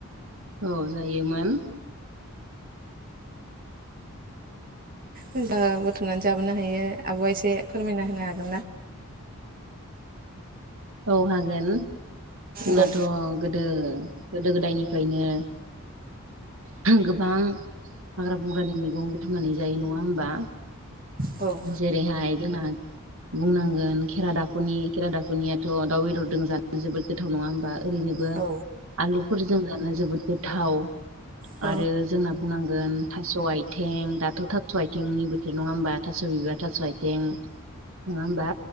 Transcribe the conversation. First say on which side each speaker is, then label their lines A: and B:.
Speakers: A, on the right; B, on the right.
A: औ जायोमोन
B: जबा बुथुमनानै जाबोनो हायो आब'आ एसे फोरमायना होनो हागोन ना?
A: औ हागोन जोंनाथ'
B: दे
A: गोदो गोदो गोदायनिफ्रायनो गोबां हाग्रा बंग्रानि मैगं बुथुमनानै जायो नङा होमबा
B: औ
A: जेरैहाय जोंना बुंनांगोन खेरा दाफ'नि खेरा दाफ'नियाथ' दाउ बेदरदों जानो जोबोद गोथाव नङा होमबा ओरैनोबो
B: औ
A: आलुफोर जों दानो जोबोद गोथाव
B: औ
A: आरो जोंना बुंनांगोन थास' आइथें दाथ' थास' आथेंनि बोथोर नङा होमबा थास' बिबार थास' आइथें नङा होमबा